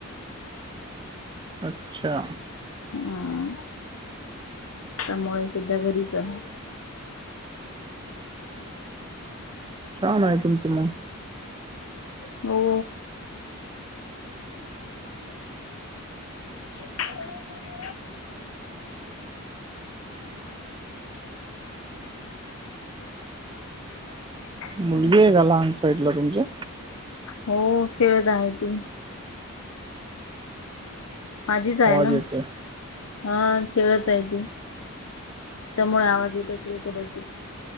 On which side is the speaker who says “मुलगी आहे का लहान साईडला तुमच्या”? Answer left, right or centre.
Right